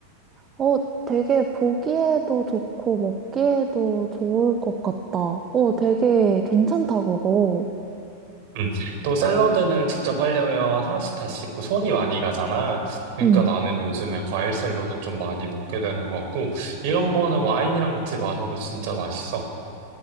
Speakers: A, on the right; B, on the right.
A: 어, 되게 보기에도 좋고 먹기에도 좋을 것 같다. 어, 되게 괜찮다, 그거.
B: 음. 또 샐러드는 직접 하려면 하나씩 다 씻고 손이 많이 가잖아. 그러니까
A: 응.
B: 나는 요즘에 과일 샐러드 좀 많이 먹게 되는 것 같고, 이런 거는 와인이랑 같이 마셔도 진짜 맛있어.